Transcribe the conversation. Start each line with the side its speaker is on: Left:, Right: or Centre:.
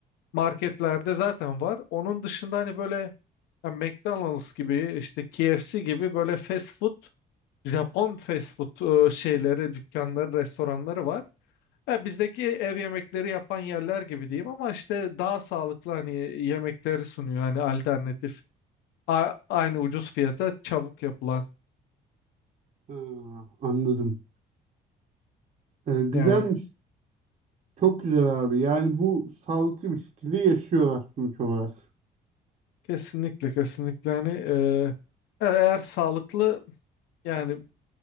Left: marketlerde zaten var. Onun dışında hani böyle ya McDonald's gibi işte KFC gibi böyle fast food Japon fast food e, şeyleri dükkanları restoranları var. Ya bizdeki ev yemekleri yapan yerler gibi diyeyim ama işte daha sağlıklı hani yemekleri sunuyor hani alternatif A- aynı ucuz fiyata çabuk yapılan
Right: Ha, anladım. Ee, güzelmiş.
Left: yani.
Right: Çok güzel abi. Yani bu sağlıklı bir şekilde yaşıyorlar sonuç olarak.
Left: Kesinlikle kesinlikle hani e- eğer sağlıklı yani